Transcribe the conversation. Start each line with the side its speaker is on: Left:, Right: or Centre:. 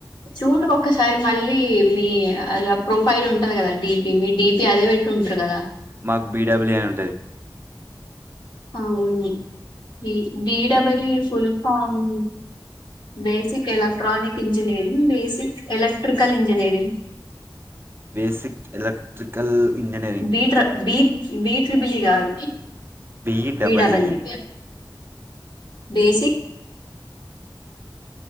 Left: చూడు ఒకసారి మళ్ళీ మీ అ ప్రొఫైల్ ఉంటది గదా డిపీ మీ డిపి అదే పెట్టి ఉంటారు గదా
Right: మాకు బిడబల్యూ అని ఉంటది
Left: అవును B BW full form basic electronic engineering basic electrical engineering
Right: basic electrical engineering
Left: బీట్రా బీ బిచ్ బిలి గాద
Right: బిఈడబల్ఈ
Left: బి డబల్యి బేసిక్